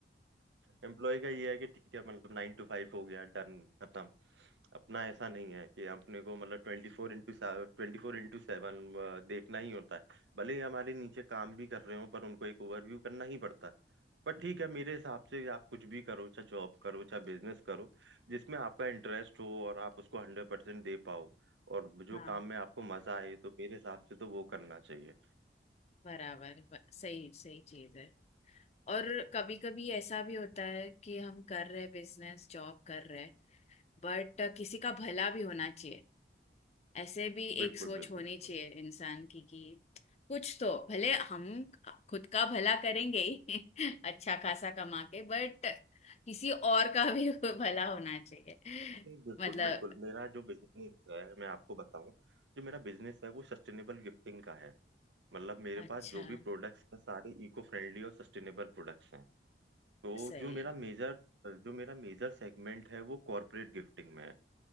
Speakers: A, on the right; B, on the left.
A: एम्प्लॉय का ये है कि ठीक है मतलब नाइन टू फाइव हो गया डन खत्म अपना ऐसा नहीं है कि अपने को मतलब ट्वेंटी फोर इंटू ट्वेंटी फोर इंटू सेवन देखना ही होता है भले ही हमारे नीचे काम भी कर रहे हो पर उनको एक ओवरव्यू करना ही पड़ता है बट ठीक है मेरे हिसाब से आप कुछ भी करो चाहे जॉब करो चाहे बिजनेस करो जिसमें आपका इंटरेस्ट हो और आप उसको हंड्रेड परसेंट दे पाओ और जो
B: हाँ
A: काम में आपको मजा आए तो मेरे हिसाब से तो वो करना चाहिए
B: बराबर ब- सही सही चीज है और कभी कभी ऐसा भी होता है कि हम कर रहे बिजनेस जॉब कर रहे बट किसी का भला भी होना चाहिए ऐसे भी
A: बिल्कुल
B: एक सोच
A: बिल्कुल
B: होनी
A: बिल्कुल
B: चाहिए इंसान की कि कुछ तो भले हम खुद का भला करेंगे ही <laughs> अच्छा खासा कमा के बट किसी और का भी <laughs> भला होना चाहिए
A: नहीं बिल्कुल
B: मतलब
A: बिल्कुल मेरा जो बिजनेस है मैं आपको बताऊं जो मेरा बिजनेस है वो सस्टेनेबल गिफ्टिंग का है मतलब मेरे
B: अच्छा
A: पास जो भी प्रोडक्ट्स हैं सारे इको फ्रेंडली और सस्टेनेबल प्रोडक्ट्स हैं तो
B: सही
A: जो मेरा मेजर जो मेरा मेजर सेगमेंट है वो कॉरपोरेट गिफ्टिंग में है